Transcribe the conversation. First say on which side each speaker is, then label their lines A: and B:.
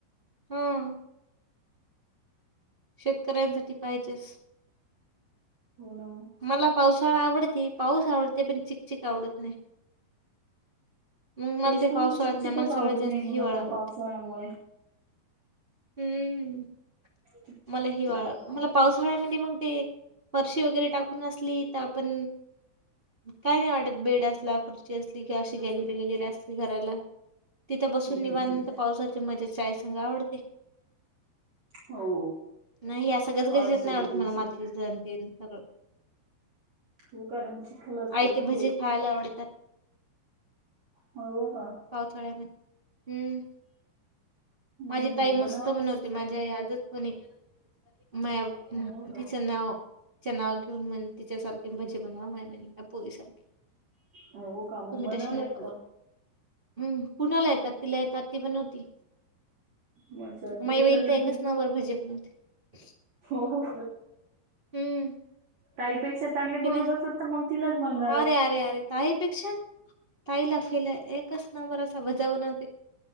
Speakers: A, on the right (about 65°); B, on the right (about 40°).
A: हं शेतकऱ्यांसाठी पाहिजेचं.
B: होणं.
A: मला पावसाळा आवडते पाऊस आवडते पण चिकचक आवडत नाही. मला
B: तेच
A: ते
B: तर
A: पावसाळा
B: मग चिकचिकच
A: आवडत नाही मला
B: आवडत
A: सगळ्यात जास्त
B: नाही
A: हिवाळा
B: कुणाला
A: आवडते.
B: पावसाळ्यामुळे
A: हम्म
B: चिकचिक
A: मला
B: चिकचिक
A: हिवाळा
B: वातावरण
A: मला. पावसाळ्यामध्ये मग ते फरशी वगैरे टाकून असली तर आपण काही नाही वाटत बेड असला फरशी असली किंवा अशी गॅलरी वगैरे असली घराला तिथं बसून
B: हम्म
A: निवांत
B: हम्म
A: पावसाची मजा चायसंग आवडते.
B: हो.
A: नाही असं गजगजीत
B: पावसाच्या
A: नाही आवडत
B: दिवसात
A: मला मातीत आणि ते सगळं
B: हो कारण चिखल असते
A: आयते
B: ना
A: भजी
B: ते
A: खायला आवडतात
B: हो का.
A: पावसाळ्यात हम्म
B: हम्म
A: माझी ताई
B: बनवा
A: मस्त बनवते माझी <unintelligible> माया
B: हो का
A: तिचं नाव तिचं नाव घेऊन म्हणे तिच्यासारखे भजी बनवा माय म्हणे माझ्या पोरीसारखे
B: हो का मग
A: तुम्ही
B: बनवलेत
A: तसे नका
B: का
A: बोलु हम्म कुणाला येतात तिला येतात ती बनवते.
B: मग तिच्यासारखे
A: माझी बहिण तर एकच
B: भजे
A: नंबर भजी बनवते.
B: हो हो
A: हं,
B: ताईपेक्षा चांगले
A: तिने
B: बनवत असल तर मग तिलाच बनव
A: अरे अरे अरे ताईपेक्षा ताई फेल आहे एकच नंबर असा भजा बणवते.